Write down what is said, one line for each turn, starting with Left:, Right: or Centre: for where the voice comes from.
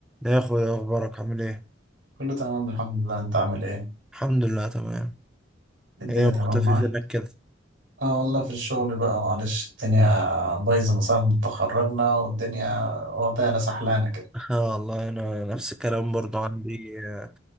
Centre: يا اخويا اخبارك عامل ايه
Right: كله تمام الحمد لله انت عامل ايه
Centre: الحمد لله تمام
Right: الدنيا
Centre: ايه مختفي
Right: تمام معاك
Centre: فينك كده
Right: اه والله في الشغل بقى معلش الدنيا بايظه من ساعه ما اتخرجنا والدنيا واخدانا سحلانه كده
Centre: <laughs> اه والله انا نفس الكلام برضو عندي آه